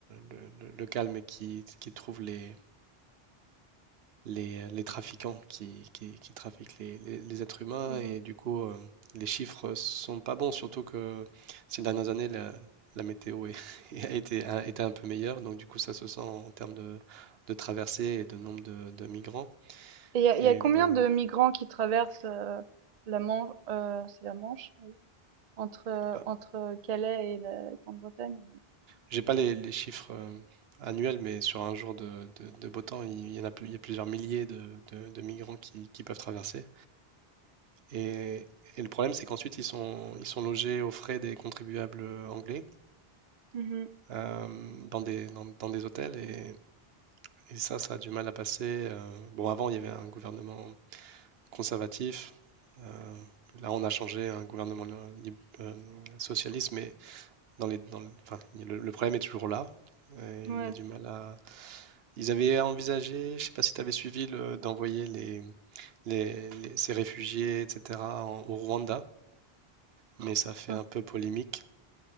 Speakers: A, on the right (about 75°); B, on the right (about 50°).
A: le, le- le- le calme et qu'ils qu'ils trouvent les, les, euh, les trafiquants qui, qui, qui trafiquent les, les- les êtres humains
B: Mhm.
A: et du coup euh, les chiffres sont pas bons, surtout que ces dernières années la, la météo est- <laughs> a été, a été un peu meilleure, donc du coup ça se sent en termes de, de traversées et de nombre de, de migrants.
B: Et il y a, il
A: Et
B: y a combien
A: les,
B: de migrants qui traversent euh, la Manche, euh, c'est la Manche, entre euh,
A: ah,
B: entre Calais et la Grande-Bretagne?
A: j'ai pas les, les chiffres euh, annuels, mais sur un jour de, de- de beau temps, il y en a, plus- il y a plusieurs milliers de, de- de migrants qui, qui peuvent traverser. Et, et le problème, c'est qu'ensuite, ils sont, ils sont logés aux frais des contribuables euh, anglais.
B: Mhm.
A: euh, dans des, dans, dans des hôtels et, et ça, ça a du mal à passer. euh, bon, avant, il y avait un gouvernement conservatif. euh, là, on a changé un gouvernement lib- euh, socialiste, mais dans les, dans le, enfin, il y a le, le problème est toujours là. et il
B: Ouais,
A: y a du mal à. Ils avaient envisagé, je sais pas si tu avais suivi, le- d'envoyer les, les- les- ces réfugiés, etc., en- au Rwanda, mais
B: putain.
A: ça fait un peu polémique.